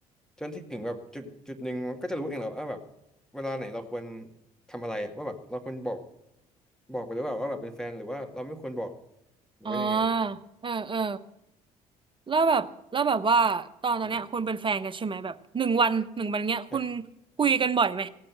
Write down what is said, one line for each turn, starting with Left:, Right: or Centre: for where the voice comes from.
Centre: จนถึงแบบจุดจุดหนึ่งมันก็จะรู้เองแหละว่าแบบเวลาไหนเราควรทำอะไรอะว่าแบบเราควรบอกบอกไปหรือเปล่าว่าแบบเป็นแฟนหรือว่าเราไม่ควรบอกหรือว่ายังไง
Right: อ๋อเออเออ แล้วแบบแล้วแบบว่าตอนตอนเนี้ยคุณเป็นแฟนกันใช่ไหมแบบหนึ่งวันหนึ่งวันเนี้ยคุณ
Centre: นี่อ่ะ
Right: คุยกันบ่อยไหม